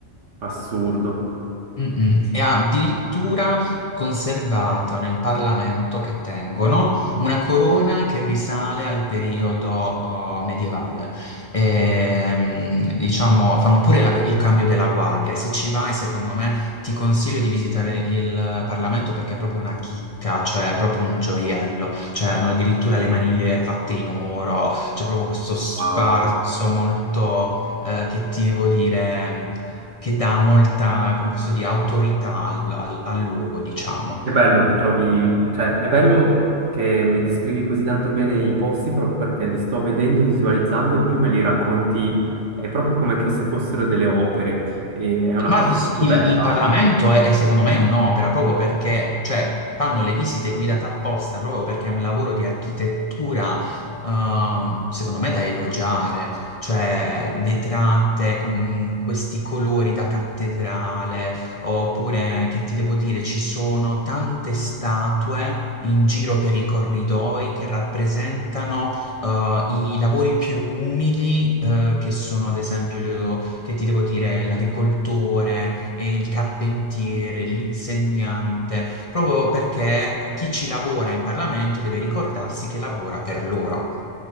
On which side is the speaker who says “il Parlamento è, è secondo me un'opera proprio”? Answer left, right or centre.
Left